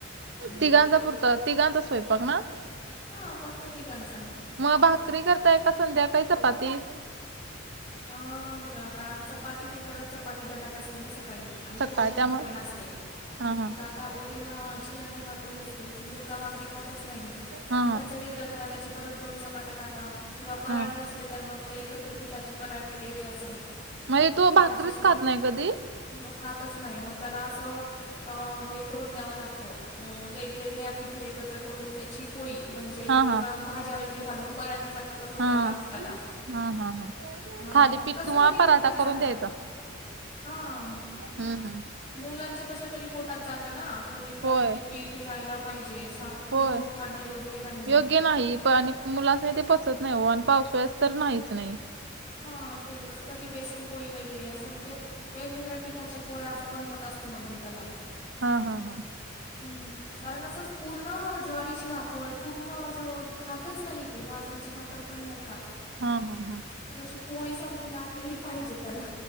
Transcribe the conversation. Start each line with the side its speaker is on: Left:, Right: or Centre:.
Left: हम्म.
Right: तिघांचा पुरत तिघांचा स्वयंपाक ना
Left: हा फक्त तिघांचा
Right: मग भाकरी करताय का संध्याकाळ काय चपाती
Left: अ.. बघा आता चपाती नाही करत चपाती डब्यात असते ना सकाळी आणि
Right: सकाळ
Left: कोरडी भाजी
Right: त्यामुळे
Left: पण असते.
Right: हा हा
Left: मग आता ओली भाजी आणि भाकरी असते पण मुलगा भाकरी खातच नाही.
Right: हा
Left: मग त्याच
Right: हा.
Left: वेगळं करा त्याची परत दोन चपात्या टाका किंवा पराठे
Right: हा
Left: असले तर मग ते एकत्र पीठाचे पराठे वगैरे असं
Right: म्हणजे तू
Left: भाजी
Right: भाकरीच
Left: सोबत
Right: खात नाही कधी
Left: तो खातच नाही मग त्याला असं, अ हे करून द्याव लागतं वेगवेगळ्या पीठं एकत्र करून त्या ची पोळी म्हणजे
Right: हा
Left: किंवा
Right: हा
Left: भाज्या वगैरे घालून पराठ्या सारखा करून
Right: हा
Left: द्यावं लागत त्याला.
Right: हा हा हा.
Left: हां
Right: थालीपीठ
Left: मग तसं
Right: किंवा
Left: तरी
Right: पराठा
Left: पोटात जातं
Right: करून द्यायचां
Left: हां
Right: हम् हम्.
Left: मुलांच्या तशा तरी पोटात जात ना कमीत कमी
Right: होय
Left: ते पीठ जायला पाहिजे सारखं.
Right: होय
Left: ग गहू खाणं योग्य नाही-
Right: योग्य नाही पण आणि मुलान्णी ते पचत नाही व आणि पावसाळ्यास तर नाहीच नाही.
Left: हा तेच कधी बेसनपोळी वगैरे असं म्हणजे वेगवेगळ्या पिठाच्या पोळ्या असं बनवत असते मग मी त्याला
Right: हा हा हा
Left: हम् कारण असं पूर्ण ज्वारीची भाकर पूर्ण असं खात खातच नाही ते बाजरीेची भाकरर पण नाही खात
Right: हा हा हा
Left: ते अशी पोळी सारखी लाटलेली पाहिजे त्याला.